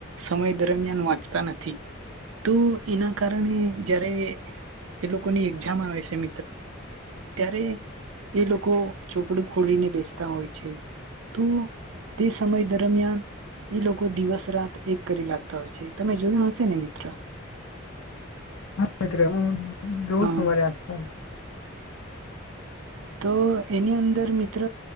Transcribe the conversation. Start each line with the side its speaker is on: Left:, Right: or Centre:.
Right: સમય દરમિયાન વાંચતા નથી તો એના કારણે જ્યારે. એ લોકોની એક્ઝામ આવે છેમ. ત્યારે એ લોકો ચોપડું ખોલીને બેસતા હોય છે તો તે સમય દર. દરમિયાન એ લોકો દિવસ રાત એક કરી લાગતા હોય છે. તમે જોયું હશે ને મિત્ર.
Left: હા. એ હ <unintelligible> જોઉ
Right: હા
Left: સુમારે આસપાસ.
Right: તો એની અંદર મિત્ર